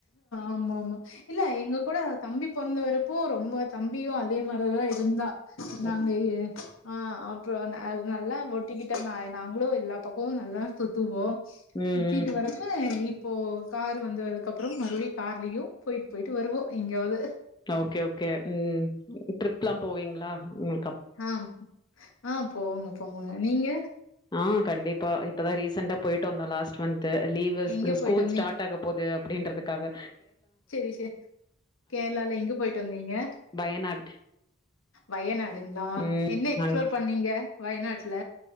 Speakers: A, on the left (about 85°); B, on the left (about 20°).
A: ஆமா ஆமா இல்ல எங்க கூட தம்பி பொறந்த வரப்ப ரொம்போ தம்பியும் அதே மாரிதான் இருந்தான்
B: ம்,
A: நாங்க எ ஆ அப்புறம் ந நல்லா ஒட்டிக்கிட்ட நா நாங்களும் எல்லா பக்கமும் நல்லா சுத்துவோம்
B: ம்.
A: சுத்திட்டு வரப்ப இப்போ காரு வந்ததுக்கப் புறம் மறுபடியும் கார்லயும் போயிட்டு போயிட்டு வருவோம் எங்கியாவது
B: ஓகே ஓகே ம் ட்ரிப்லாம் போவீங்களா ம்
A: ஆம் ஆ போவங்க போவங்க நீங்க
B: ஆ கண்டிப்பா இப்பதா ரீசெண்டா போயிட்டு வந்தோ லாஸ்ட் மந்த் து லீவு
A: எங்க
B: ஸ்கூ
A: போயிட்டு
B: ஸ்கூல் ஸ்டார்ட் ஆக போது அப்டின்றதுக் க்காக
A: சேரி சே கேர்ளால எங்க போயிட்டு வந்தீங்க
B: வயநாட்
A: வயநாடுங்களா
B: ம்
A: என்ன எக்ஸ்புளோர்
B: அங்க
A: பண்ணீங்க வயநாட்டுல